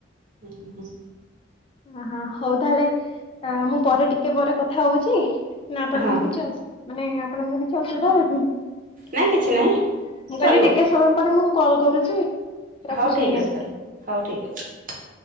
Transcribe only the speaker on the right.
ହୁଁ ହୁଁ ହୁଁ।
ହଁ
ନାଇଁ କିଛି ନାଇଁ ଚଳିବ
ହଉ ଠିକ୍
ଅଛି ତାହେଲେ ହଉ ଠିକ୍ ଅଛି।